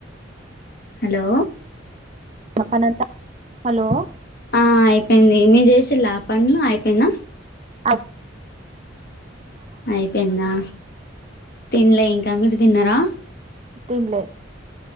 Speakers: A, on the left; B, on the right.
A: హలో
B: వినపడట్లే హలో
A: ఆ అయిపోయింది మీ చేసలా పనులు అయిపోయింద,
B: అ
A: అయిపోయిందా తినలే ఇంకా మీరు తిన్నారా,
B: తిన్లే